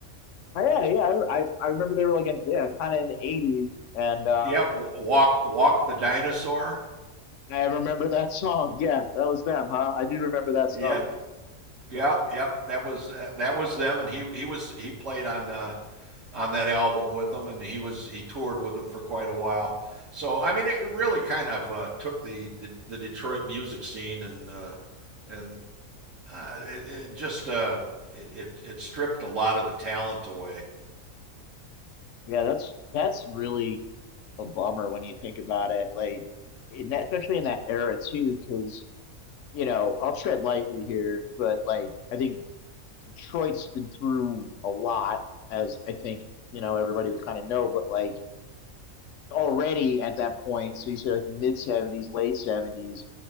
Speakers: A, on the left; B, on the right.
A: Oh, yeah, yeah. I I, I remember they were like in, yeah, kind of in the eighties, and um,
B: yeah walk walk the dinosaur
A: I remember that <laughs> song. Yeah, that was them, huh? I do remember that
B: yeah
A: song.
B: Yeah, yep. That was uh, that was them, and he he was he played on uh, on that album with them, and he was he toured with them for quite a while. So I mean, it really kind of uh, took the, the the Detroit music scene and uh, and uh, it, it just uh, it, it it stripped a lot of the talent away.
A: Yeah, that's that's really a bummer when you think about it. Like, in that, especially in that era too, because you know I'll tread lightly here, but like I think Detroit's been through a lot, as I think you know everybody would kind of know. But like already at that point. So you say like the mid 70s, late 70s,